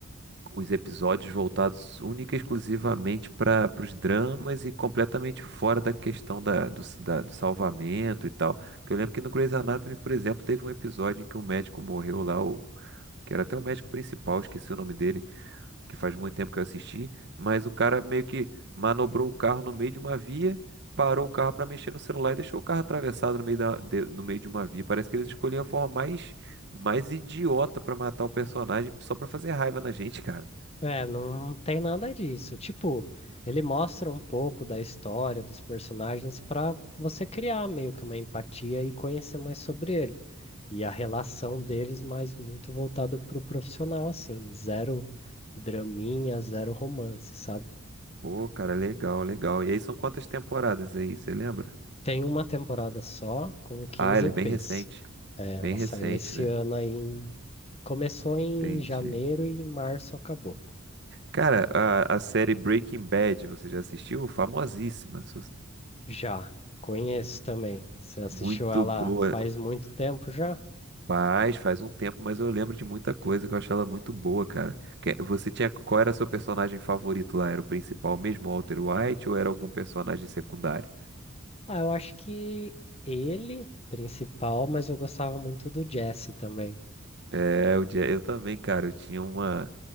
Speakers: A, on the right (about 55°); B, on the left (about 30°).
A: os episódios voltados única e exclusivamente para os dramas e completamente fora da questão da, do, s- da- do salvamento e tal. Porque eu lembro que no Grey's Anatomy, por exemplo, teve um episódio em que um médico morreu lá, o, que era até o médico principal, esqueci o nome dele, que faz muito tempo que eu assisti, mas o cara meio que manobrou o carro no meio de uma via. Parou o carro para mexer no celular e deixou o carro atravessado no meio, da, de, no meio de uma via. Parece que eles escolhiam a forma mais, mais idiota para matar o personagem só para fazer raiva na gente, cara.
B: É, não tem nada disso. Tipo, ele mostra um pouco da história dos personagens para você criar meio que uma empatia e conhecer mais sobre ele. E a relação deles, mas muito voltado pro profissional, assim. Zero draminha, zero romance, sabe?
A: Pô, cara, legal, legal. E aí são quantas temporadas aí, você lembra?
B: Tem uma temporada só com 15
A: Ah, ela
B: EPs.
A: é bem recente.
B: É,
A: Bem
B: ela
A: recente,
B: saiu esse
A: né?
B: ano aí. em- Começou em
A: Entendi.
B: janeiro e em março acabou.
A: Cara, a, a série Breaking Bad, você já assistiu? Famosíssima. Su-
B: Já, conheço também. Você assistiu
A: Muito
B: ela
A: boa.
B: faz muito tempo já?
A: Faz, faz um tempo, mas eu lembro de muita coisa que eu achei ela muito boa, cara. Que- Você tinha, qual era seu personagem favorito lá? Era o principal mesmo, o Walter White, ou era algum personagem secundário?
B: Ah, eu acho que ele, principal, mas eu gostava muito do Jesse também.
A: É, o Jazz, eu também, cara, eu tinha uma,